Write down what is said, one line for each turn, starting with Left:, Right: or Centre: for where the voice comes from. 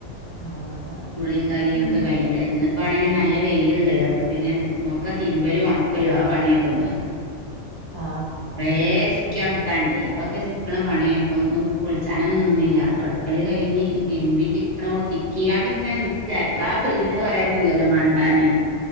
Left: ആ അതാണ്
Right: കുളീം കാര്യം
Left: ഉം
Right: ഒക്കെ കഴിഞ്ഞിട്ട്ന്ന് പ്പ ആണെങ്കി നല്ല വെയില്ണ്ട് അപ്പ പിന്നെ ഒക്കെ തിരുമ്പലും ഒണക്കലു അ ആ പണി അപ്പന്ന്.
Left: ആ
Right: കുറെ ചി ച്ചിക്കി ഒണക്കാണ്ട് അതൊക്കെ ചിക്ക്ണ പണിയാപ്പൊ കുളിച്ചാനൊന്നും നിന്നില്ല തൊടക്കല് കയിഞ്ഞ് തിര്മ്പി ചി ക്ഓട് ചിക്കിആണ്ട് ഇങ്ങനെ നിക്ക എപ്പളാ പെയണെ പറയാറ്റൂല്ലല്ലോ മണ്ടാന്.